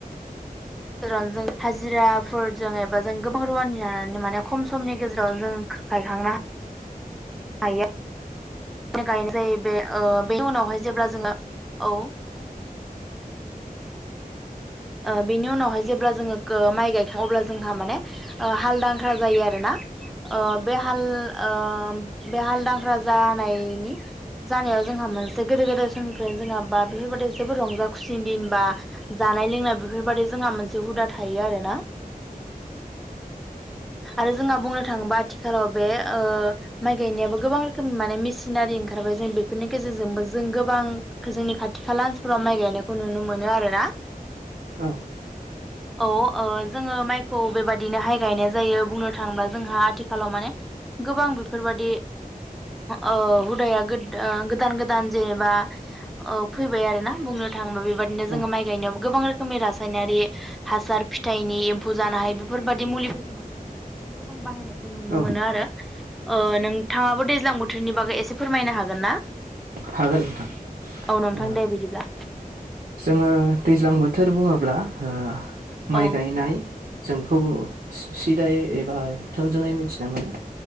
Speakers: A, in the centre; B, on the right (about 75°).
A: गोरानजों हाजिराफोर जों एबा जों गोबां रुवानि लानानै माने खम समनि गेजेराव जों गायखांनो हा हायो गायनाय जायो बे ओ बेनि उनावहाय जेब्ला जोङो औ। ओ बिनि उनावहाय जेब्ला जोङो माइ गायखाङो अब्ला जोंहा माने हालदांख्रा जायो आरो ना। ओ बे हाल ओ बे हालदांख्रा जानायनि जानायाव जोंहा मोनसे गोदो गोदाय समनिफ्राय जोंहा बा बेफोरबायाददि जोबोद रंजा खुसिनि दिन बा जा नाय लोंनाय बेफोरबादि जोंहा मोनसे हुदा थायो आरोना। आरो जोंहा बुंनो थाङोबा आथिखालाव बे ओ माइ गायनायाबो गोबां रोखोमनि माने मेसिनारि ओंखारबाय जों बेफोरनि गेजेरजोंबो जों गोबां जोंनि खाथि खाला ओनसोलफोराव माइ गायनायखौ नुनो मोनो आरो ना।
B: औ।
A: औ ओ जोङो माइखौ बेबादिनोहाय गायनाय जायो बुंनो थाङोब्ला जोंहा आथिखालाव माने गोबां बेफोरबादि ओ हुदाया गोद-ओ गोदान गोदान जेनेबा ओ फैबाय आरो ना बुंनो थाङोबा बेबाददिनो
B: औ
A: जोङो माइ गायनायाव गोबां रो खोमनि रासायनारि हासार फिथाइनि एम्फौ जानो हायो बेफोरबादि मुलिफोरखौ माने आथिखालाव गोबां बाहायनाय नुनो
B: औ
A: मोनो आरो ओ नोंथाङाबो दैज्लां बोथोरनि बागै एसे फोरमायनो हागोन ना?
B: हागोन नोंथां
A: औ नोंथां
B: ओ
A: दे बिदिब्ला
B: जोङो दैज्लां बोथोर बुङोब्ला ओ माइ
A: औ
B: गायनाय जों बेखौ सिदायै एबा थोंजोङै मिथिना मोनो